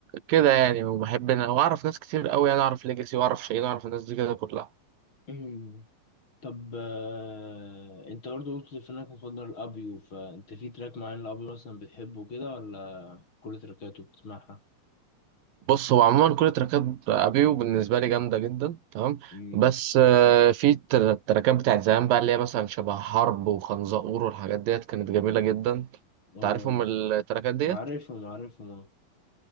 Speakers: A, on the right (about 80°); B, on the left (about 35°).
A: كده يعني وبحب إن- واعرف ناس كتير قوي يعني اعرف ليجاسي واعرف شيرين واعرف الناس دي كده كلها
B: <clears throat> مم. طب آه، أنت برضو قلت في إنك مفضل الأبيو فأنت في تراك معين الأبيو مثلا بتحبه كده ولا كل تركاته بتسمعها
A: بص هو عموما كل تراكات ابيو بالنسبه لي جامده جدا تمام
B: مم.
A: بس آه، في تر- التراكات بتاعت زمان بقى اللي هي مثلا شبه حرب وخنزقور والحاجات ديت كانت جميله جدا
B: اه
A: تعرفهم التراكات ديت
B: عارفهم عارفهم آه.